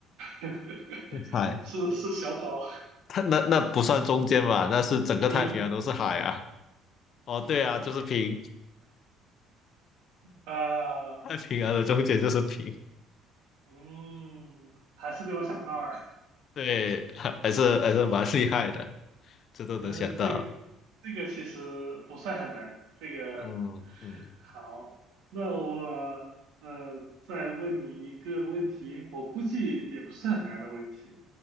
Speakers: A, on the right (about 85°); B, on the left (about 45°).
A: <laughs>
B: 海，
A: 是是小岛，
B: 它那那不算中间吧？那是整个太平洋都是海啊。
A: 平
B: 哦，
A: 平啊
B: 对啊，就是平，
A: 啊，
B: 太平洋的中间就是平。
A: 嗯，还是被我想到了。
B: 对，还还是还是蛮厉害的，这都能想到。
A: 呃，这这个其实不算很难。这个
B: 嗯嗯，
A: 好，那我呃再问你一个问题，我估计也不是很难的问题。